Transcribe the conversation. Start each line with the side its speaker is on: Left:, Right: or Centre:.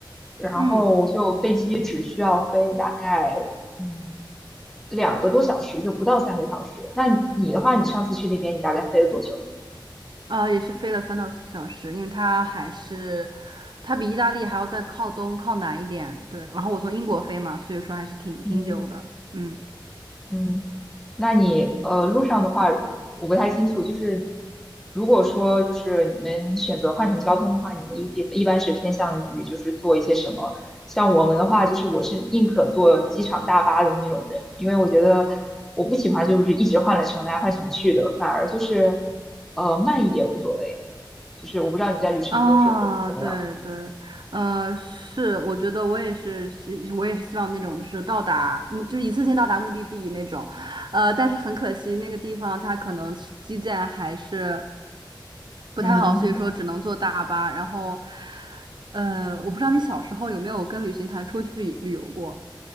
Centre: 然后就飞机只需要飞大概嗯
Right: 嗯，
Centre: 两个多小时，就不到三个小时。那你的话，你上次去那边你大概飞了多久？
Right: 呃，也是飞了三到四个小时，因为它还是它比意大利还要再靠东靠南一点，对。然后我从英国飞嘛，所以说还是挺挺久的，
Centre: 嗯，
Right: 嗯。
Centre: 嗯，那你呃路上的话，我不太清楚，就是如果说就是你们选择换乘交通的话，你们一一般是偏向于就是做一些什么？像我们的话，就是我是宁可坐机场大巴的那种人，因为我觉得我不喜欢就是一直换来乘来换乘去的，反而就是呃慢一点无所谓。就是我不知道你在旅程中是会怎么样。
Right: 啊，对对，呃，是，我觉得我也是，是我也是希望那种就是到达，嗯就是一次性到达目的地那种，呃，但是很可惜，那个地方它可能是基建还是不太好，
Centre: 嗯
Right: 所以说只能坐大巴。然后，呃，我不知道你小时候有没有跟旅行团出去旅游过，